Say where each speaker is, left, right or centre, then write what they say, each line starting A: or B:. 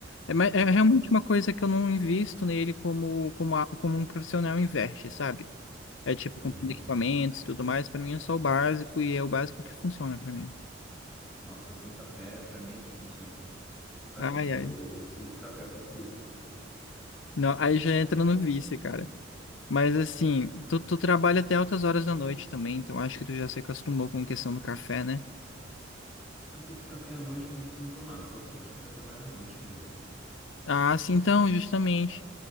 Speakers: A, on the left; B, in the centre.
A: É, ma- é realmente uma coisa que eu não invisto nele como, como, a- como um profissional investe, sabe? É tipo
B: Uhum.
A: comprando equipamentos e tudo mais, para mim é só o básico e é o básico que funciona para mim.
B: Nossa, sem café pra mim é difícil. para
A: Ai,
B: tudo,
A: ai.
B: eu, eu preciso de café para tudo.
A: Não, aí já entra no vício, cara. Mas assim, tu, tu trabalha até altas horas da noite também, então acho que tu já se acostumou com a questão do café, né?
B: Até que café à noite eu não costumo tomar, só que se eu precisar trabalhar à noite mesmo.
A: Ah, sim, então, justamente.